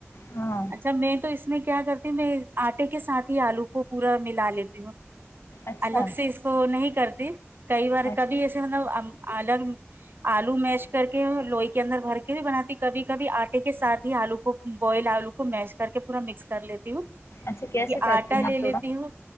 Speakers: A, on the left (about 70°); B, on the right (about 50°).
A: ہاں
B: اچھا میں تو اس میں کیا کرتا میں آٹے کے ساتھ ہی آلو کو پورا ملا لیتی ہوں
A: اچھا
B: الگ سے اس کو نہیں کرتی کئی بار
A: اچھا
B: کبھی ایسے مطلب الگ آلو میش کر کے لوئی کے اندر بھر کے ہوئے بناتی کبھی کبھی آٹے کے سھ ہی آلو کو بوائل آلو کو میش کر کے پورا مکس کر لیتی ہوں
A: اچھا کیسے
B: جے
A: کرتی
B: آٹا
A: ہیں
B: لے
A: آپ
B: لیتی
A: تھوڑا
B: ہوں